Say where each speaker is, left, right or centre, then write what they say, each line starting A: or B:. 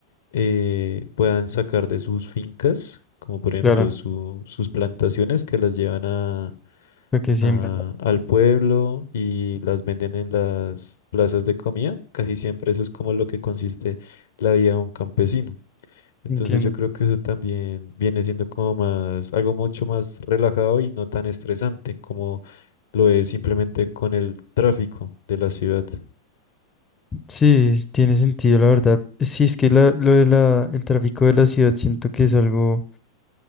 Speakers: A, on the left (about 60°); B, on the left (about 15°).
A: eh, puedan sacar de sus fincas, como por ejemplo
B: claro,
A: su- sus plantaciones que las llevan a,
B: lo que siembran.
A: a- al pueblo y las venden en las plazas de comida. Casi siempre eso es como lo que consiste la vida de un campesino. Entonces
B: Entiendo.
A: yo creo que eso también viene siendo como más, algo mucho más relajado y no tan estresante como lo es simplemente con el tráfico de la ciudad.
B: Sí, tiene sentido, la verdad. Sí, es que la- lo de la, el tráfico de la ciudad siento que es algo